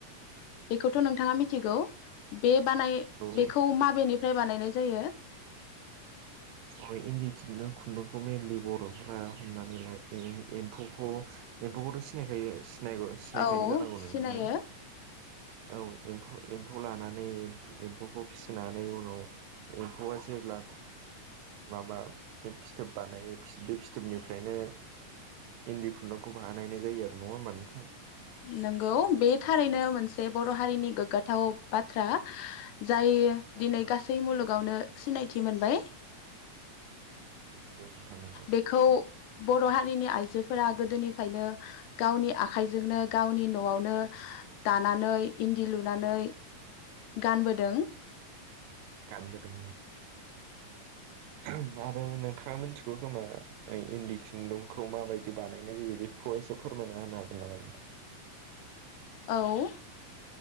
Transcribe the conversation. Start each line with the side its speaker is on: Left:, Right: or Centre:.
Left: बेखौथ नोंथाङा मिथिगौ बे बानाय
Right: औ
Left: बेखौ माबेनि फ्राय बानायनाय जायो।
Right: अ इन्दि खुन्दुं खुन्दुंखौ मेइनलि बर'फोरा हमनानैला ए-एम्फौखौ एम्फौखौथ सिनायखायो। सिनायगौ सिनायखायो
Left: औ
Right: जानांगौ नोंथाङा?
Left: सिनायो
Right: औ एम्फौ एम्फौ लानानै एम्फौ एम्फौखौ फिसिनानै उनाव एम्फौआ जेब्ला माबा बे फिथोब बानायो बे फिथोबनिफ्रायनो इन्दि खुन्दुंखौ बानायनाय जायो आरो नङा होमबा नोंथां?
Left: नंगौ बे थारैनो मोन बर' हारिनि गोगाथाव बाथ्रा। जायो दिनै
Right: औ
Left: गासै मुलुगावनो। सिनायथि मोनबाय।
Right: नंगौ नोंथां नंगौ
Left: बेखौ बर' हा <unintelligible> जो फोरा गोदोनिफायनो गावनि आ खायजोंनो। गावनि नआवनो। दानानै इन्दि लु नानै गानबोदों।
Right: गानबोदों। <unintelligible> नोंथाङा मिथिगौ खोमा इन्दि खुन्दुंखौ माबायदि बानायनाय जायो बेखौहाय एसे फोरमायना होनो हागोन नामा नोंथां।
Left: औ।